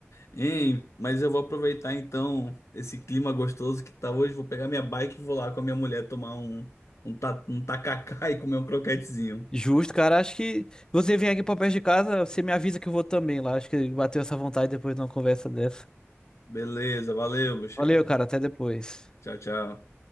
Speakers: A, on the left; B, on the left.
A: Ei, mas eu vou aproveitar então esse clima gostoso que tá hoje. Vou pegar minha bike e vou lá com a minha mulher tomar um, um, ta, um tacacá <laughs> e comer um croquetezinho.
B: Justo, cara. Acho que você vem aqui pra perto de casa, você me avisa que eu vou também lá. Acho que bateu essa vontade depois de uma conversa dessa.
A: Beleza, valeu, meu chegado.
B: Valeu, cara. Até depois.
A: Tchau, tchau.